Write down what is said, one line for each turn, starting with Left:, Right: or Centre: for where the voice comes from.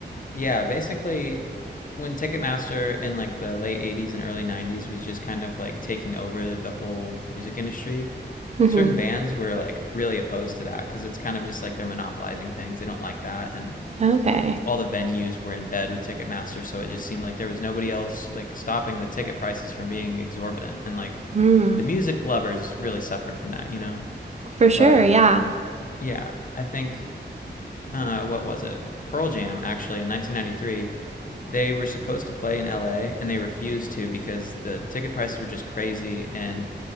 Left: Yeah, basically, when Ticketmaster in like the late 80s and early 90s was just kind of like taking over the whole music industry,
Right: hmm
Left: certain bands were like really opposed to that because it's kind of just like they're monopolizing things. They don't like that. And
Right: Okay.
Left: it, all the venues were in bed with Ticketmaster. So it just seemed like there was nobody else like stopping the ticket prices from being exorbitant. And like
Right: Mm,
Left: the music lovers really suffered from that, you know?
Right: for sure,
Left: But
Right: yeah.
Left: yeah, I think, uh, what was it? Pearl Jam actually in 1993 they were supposed to play in LA and they refused to because the ticket prices were just crazy and